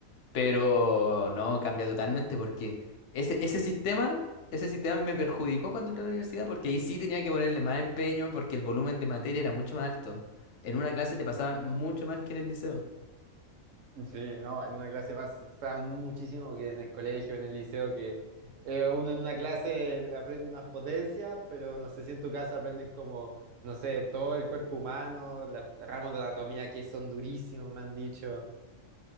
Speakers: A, on the left (about 65°); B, on the right (about 75°).
A: Pero no, cambia totalmente porque ese, ese sistema, ese sistema me perjudicó cuando entré a la universidad porque ahí sí tenía que ponerle más empeño porque el volumen de materia era mucho más alto. En una clase te pasaban mucho más que en el liceo.
B: Sí, no, en una clase pasa muchísimo que en el colegio, en el liceo, que eh, uno en una clase aprende unas potencias, pero no sé si en tu caso aprenden como, no sé, todo el cuerpo humano, los ramos de anatomía que son durísimos, me han dicho.